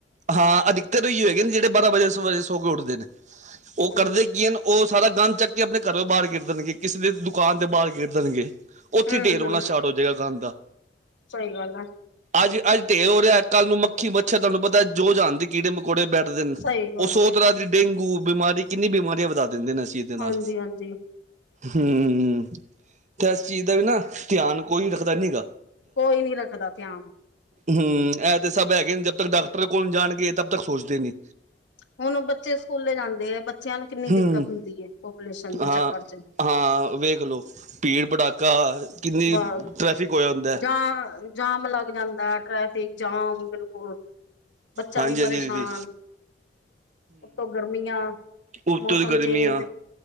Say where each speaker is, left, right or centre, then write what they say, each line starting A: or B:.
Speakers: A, on the right; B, on the left.
A: ਹਾਂ ਅ ਦਿੱਕਤ ਏਈ ਹੋਗੇ ਨੇ ਜਿਹੜੇ ਬਾਰਾਂ ਵਜੇ ਸ ਵਜੇ ਸੋ ਕੇ ਉੱਠਦੇ ਨੇ ਉਹ
B: ਹਮ
A: ਕਰਦੇ ਕੀ ਹਨ ਉਹ ਸਾਰਾ ਗੰਦ ਚੱਕ ਕੇ ਆਪਣੇ ਘਰੋਂ ਬਾਹਰ ਗਿਰ ਦੇਣਗੇ ਕਿਸੇ ਦੇ ਦੁਕਾਨ ਤੇ ਬਾਹਰ ਗਿਰ ਦੇਣਗੇ। ਉੱਥੇ
B: ਹਮ
A: ਢੇਰ ਹੋਣਾ
B: ਹਮ
A: ਸ਼ਟਾਰਟ ਹੋਜੇਗਾ ਗੰਦ ਦਾ
B: ਸਹੀ ਗੱਲ ਹੈ
A: ਅੱਜ ਅੱਜ ਢੇਰ ਹੋ ਰਿਹਾ ਕੱਲ੍ਹ ਨੂੰ ਮੱਖੀ ਮੱਛਰ ਤੁਹਾਨੂੰ ਪਤਾ ਜੋ ਜਾਣਦੀ ਕੀੜੇ ਮਕੌੜੇ ਬੈਠ ਦਿਨ
B: ਸਹੀ ਗੱਲ
A: ਉਹ ਸੌ
B: ਹੈ
A: ਤਰ੍ਹਾਂ ਦੀ ਡੇਂਗੂ ਬਿਮਾਰੀ ਕਿੰਨੀ ਬਿਮਾਰੀਆਂ ਵਧਾ ਦਿੰਦੇ ਨੇ ਅਸੀਂ ਦੇ ਨਾਲ,
B: ਹਾਂਜੀ ਹਾਂਜੀ
A: ਹੂੰ ਤੇ ਇਸ ਚੀਜ਼ ਦਾ ਵੀ ਨਾ ਧਿਆਨ ਕੋਈ ਰੱਖਦਾ ਨੀ ਹੈਗਾ
B: ਕੋਈ ਨੀ ਰੱਖਦਾ ਧਿਆਨ
A: ਹੂੰ ਇਹ ਤੇ ਸਭ ਹੈਗੇ ਨੇ ਜਬ ਤੱਕ ਡਾਕਟਰ ਕੋਲ ਜਾਣਗੇ ਤਬ ਤੱਕ ਸੋਚਦੇ ਨੀ
B: ਹੁਣ ਬੱਚੇ ਸਕੂਲੇ ਜਾਂਦੇ ਹੈ ਬੱਚਿਆਂ ਨੂੰ ਕਿੰਨੀ
A: ਹੂੰ
B: ਦਿੱਕਤ ਹੁੰਦੀ ਹੈ ਪਪੂਲੇਸ਼ਨ ਦੇ
A: ਹਾਂ
B: ਚੱਕਰ ਚ
A: ਹਾਂ ਵੇਖ ਲੋ ਭੀੜ ਭਟਾਕਾ ਕਿੰਨੀ
B: ਬ
A: ਟਰੈਫਿਕ ਹੋਇਆ ਹੁੰਦਾ
B: ਜਾਂ ਜਾਮ ਲੱਗ ਜਾਂਦਾ ਟ੍ਰੈਫਿਕ ਜਾਮ ਬਿਲਕੁਲ ਬੱਚਾ
A: ਹਾਂਜੀ
B: ਵੀ ਪਰੇਸ਼ਾਨ
A: ਹਾਂਜੀ ਦੀਦੀ
B: ਉਤੋਂ ਗਰਮੀਆਂ
A: ਉਤ
B: ਮੌਸਮ
A: ਦੀ ਗਰਮੀ
B: ਚੇਂਜ
A: ਆ